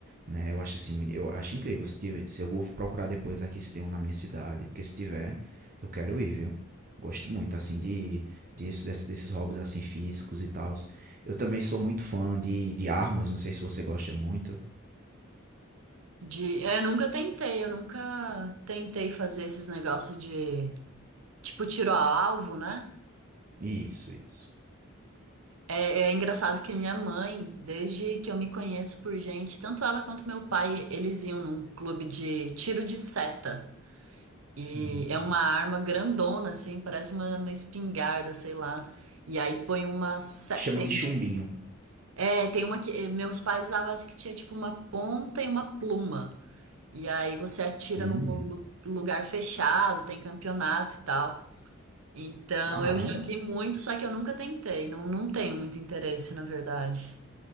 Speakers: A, on the right (about 40°); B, on the right (about 80°).
A: né? Eu acho assim, muito- eu acho incrível. Se, tiver- se eu vou procurar depois aqui se tem um na minha cidade, porque se tiver, eu quero ir, viu? Gosto muito, assim, de, disso, desse- desses hobbies, assim, físicos e tal. Eu também sou muito fã de, de armas, não sei se você gosta muito.
B: De, eu nunca tentei, eu nunca tentei fazer esses negócios de tipo tiro a alvo, né?
A: Isso, isso.
B: É, é engraçado que minha mãe, desde que eu me conheço por gente, tanto ela quanto meu pai, eles iam num clube de tiro de seta. E
A: Hum.
B: é uma arma grandona, assim, parece uma, uma espingarda, sei lá. E aí põe uma. se-
A: Chamam
B: Tem,
A: de chumbinho.
B: tipo- é, tem uma que. eh, Meus pais usavam essa que tinha tipo uma ponta e uma pluma. E aí você atira
A: Hum,
B: num lu- lugar fechado, tem campeonato e tal. Então
A: caramba.
B: eu já vi muito, só que eu nunca tentei. Não, não tenho muito interesse, na verdade.